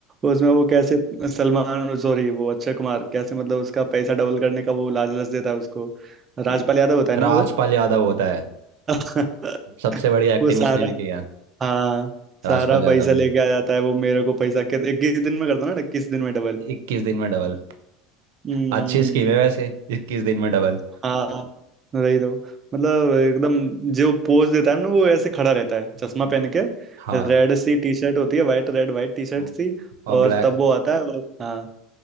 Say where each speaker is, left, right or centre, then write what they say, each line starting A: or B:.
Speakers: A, on the right; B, on the right.
A: उसमें वो कैसे सलमान सॉरी वो अक्षय कुमार कैसे मतलब उसका पैसा डबल करने का वो लालच देता है उसको राजपाल
B: <laughs>
A: यादव होता है ना
B: राजपाल यादव होता है
A: <laughs>
B: सबसे बड़ी एक्टिंग
A: वो सारा
B: उसने भी किया है,
A: हाँ
B: राजपाल
A: सारा
B: यादव
A: पैसा लेके
B: ने
A: आ जाता है वो मेरे को पैसा कित- इक्कीस दिन में कर दो ना इक्कीस दिन में डबल
B: इक्कीस दिन में डबल
A: हम्म
B: अच्छी स्कीम है वैसे इक्कीस दिन में डबल
A: हाँ वही तो मतलब एकदम जो पोज देता है ना वो ऐसे खड़ा रहता है
B: हम्म।
A: चश्मा पहन के
B: हाँ
A: रेड सी टी शर्ट होती है white red white T shirt
B: वो-
A: सी
B: और
A: और
B: ब्लैक
A: तब वो आता है और हाँ